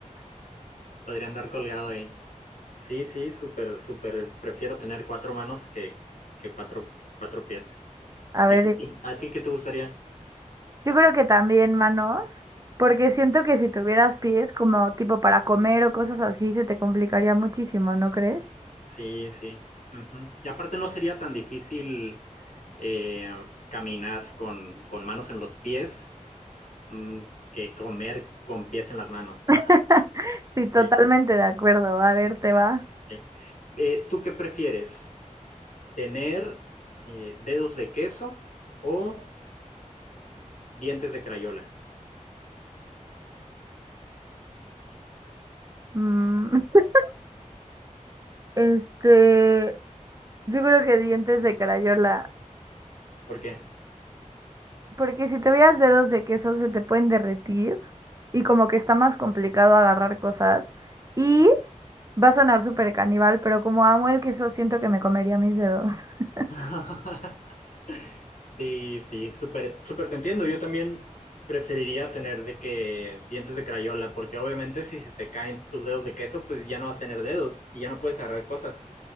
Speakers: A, on the left; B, on the right.
A: Podría andar colgado ahí. Sí, sí, súper, súper. Prefiero tener cuatro manos que, que cuatro, cuatro pies.
B: a
A: ¿Y
B: ver,
A: tú- ¿A ti qué te gustaría?
B: Yo creo que también manos, porque siento que si tuvieras pies como tipo para comer o cosas así, se te complicaría muchísimo, ¿no crees?
A: Sí, sí. Ujú. Y aparte no sería tan difícil eh, caminar con, con manos en los pies mm, que comer con pies en las manos. Ajá,
B: <laughs> Sí,
A: sí.
B: totalmente de acuerdo. A ver, te va.
A: ok. Eh, ¿tú qué prefieres? ¿Tener eh, dedos de queso o dientes de crayola?
B: Mm, <laughs> Este, yo creo que dientes de crayola,
A: ¿Por qué?
B: porque si tuvieras dedos de queso se te pueden derretir y como que está más complicado agarrar cosas. Y va a sonar súper caníbal, pero como amo el queso, siento que me comería mis dedos. <laughs>
A: <laughs> Sí, sí, súper, súper te entiendo. Yo también preferiría tener de que dientes de crayola, porque obviamente si se te caen tus dedos de queso, pues ya no vas a tener dedos y ya no puedes agarrar cosas.